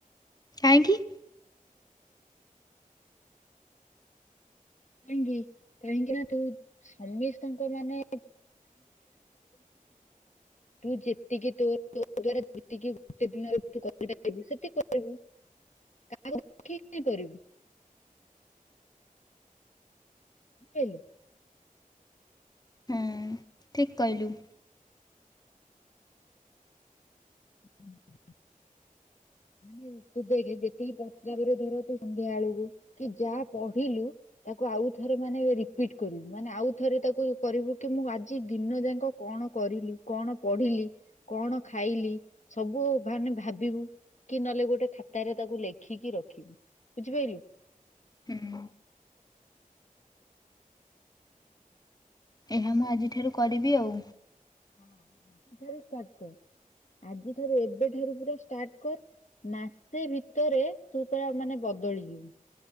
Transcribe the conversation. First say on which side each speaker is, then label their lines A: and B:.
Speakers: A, on the left (about 25°); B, on the left (about 55°).
A: କାହିଁକି?
B: <unintelligible> ସମସ୍ତଙ୍କ ମାନେ ତୁ ଯେତିକି ତୋଦ୍ୱାରା ଯେତିକି ଗୋଟେ ଦିନିବୁ ସେତିକି କରିବୁ। କାହାକୁ ଦେଖିକି କରିବୁ <unintelligible> <unintelligible>
A: ହୁଁ ଠିକ କହିଲୁ।
B: ହୁଁ। ମାନେ ତୁ ଦେଖେ ଯେତିକି ପ୍ରତାବରେ ଧର ତୁ ସନ୍ଧ୍ୟା ବେଳକୁ କି ଯାହା କହିଲୁ ତାକୁ ଆଉଥରେ ମାନେ ରିପିଟ କରିବୁ ମାନେ ଆଉ଼ ଥରେ ତାକୁ କରିବୁ କି ମୁଁ ଆଜି ଦିନ ଯାକ କଣ କରିଲି କଣ ପଢିଲି କଣ ଖାଇଲି ସବୁ ମାନେ ଭାବିବୁ। କି ନହେଲେ ଗୋଟେ ଖାତାରେ ତାକୁ ଲେଖିକି ରଖିବୁ ବୁଝିପାଇଲୁ।
A: ହୁଁ। ଏହା ମୁଁ ଆଜିଠାରୁ କରିବି ଆଉ।
B: ହଁ <unintelligible> କର। ଆଜି ଠାରୁ ଏବେଠାରୁ ପୁରା ଷ୍ଟାର୍ଟ କର ମାସେ ଭିତରେ ତୁ ପୁରା ମାନେ ବଦଳିଯିବୁ।